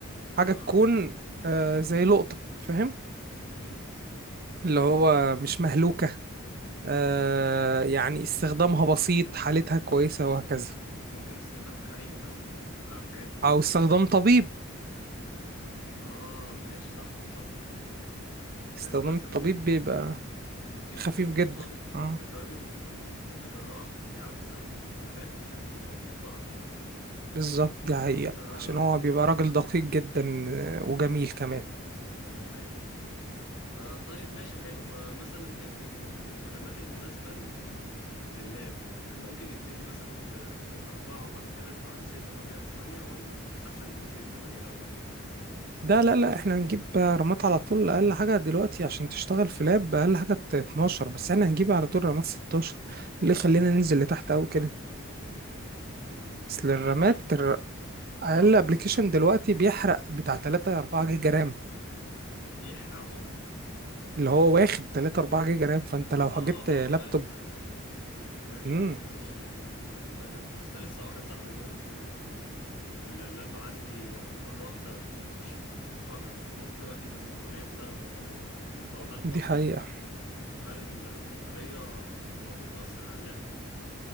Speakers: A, on the right (about 45°); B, on the left (about 85°).
A: حاجة
B: اه
A: تكون آه زي لقطة فاهم
B: مم.
A: اللي هو مش مهلوكة آه يعني استخدامها بسيط حالتها كويسة وهكذا
B: ممكن استخدام حريمي مثلا بيبقى الحاجات دي
A: أو استخدام طبيب
B: اه ماشي صح صح
A: استخدام
B: آه، بيبقى استخدامه
A: الطبيب بيبقى
B: خفيف جدا
A: خفيف
B: او خصوصا
A: جدا اه
B: الطبيب ال- ال- ال- الجراح بيعرف يستخدم ال- اللابات بشكل محترم يعني
A: بالظبط دي حقيقة
B: آه
A: عشان هو بيبقى راجل دقيق جدا آه، وجميل كمان
B: دي حقيقة آه طيب ماشي حلو آه، مثلا ال- ال- الرمات المناسبة لللاب ممكن نبتدي مثلا ب... بأربعة وبعد كده نطلع لستة وبعد كده بثمانية ولا يستحسن نبتدي بثمانية الأول
A: ده لا لا احنا هنجيب رامات على طول اقل حاجة دلوقتي عشان تشتغل في لاب اقل حاجة 12 بس احنا هنجيب على طول رامات 16 اللي خلينا ننزل لتحت قوي كده
B: مم.
A: اصل
B: هل
A: الرامات
B: هل
A: الر- اقل
B: اه
A: ابلكيشن
B: كمل كمل
A: دلوقتي بيحرق بتاع 3 4 جيجا رام
B: بيحرقهم
A: اللي هو واخد 3 4 جيجا رام فانت لو
B: اه
A: جبت لابتوب
B: اه واخد انا انا كنت ماشي
A: امم
B: ماشي معلش انا ال... انا كنت فاكر اصل لسه واحد صاحبي بيقول لي انا اللاب عندي آه، مرة واحدة انفجر فقلت له اكيد من السخونية بسبب البطارية فهل برضو
A: دي حقيقة
B: ال- هل ال- البطارية ممكن تأثر على اللاب